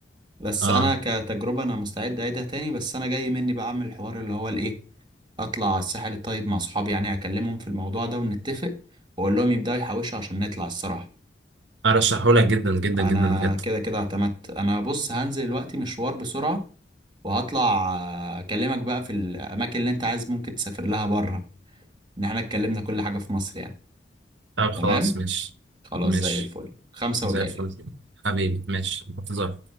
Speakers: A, on the right; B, on the right.
A: بس
B: آه
A: انا كتجربه انا مستعد اعيدها تاني بس انا جاي مني بقى اعمل الحوار اللي هو الايه اطلع على الساحل الطيب مع صحابي يعني هكلمهم في الموضوع ده ونتفق واقول لهم يبداوا يحوشوا عشان نطلع الصراحه
B: أرشحهولك جدا جدا
A: انا
B: جدا بجد
A: كده كده اعتمدت انا بص هنزل دلوقتي مشوار بسرعه وهطلع آه، اكلمك بقى في الاماكن اللي انت عايز ممكن تسافر لها بره ان احنا اتكلمنا كل حاجه في مصر يعني
B: طب خلاص
A: تمام
B: ماشي
A: خلاص
B: ماشي
A: زي الفل خمسة
B: زي
A: وجاي
B: الفل حبيبي ماشي انتظار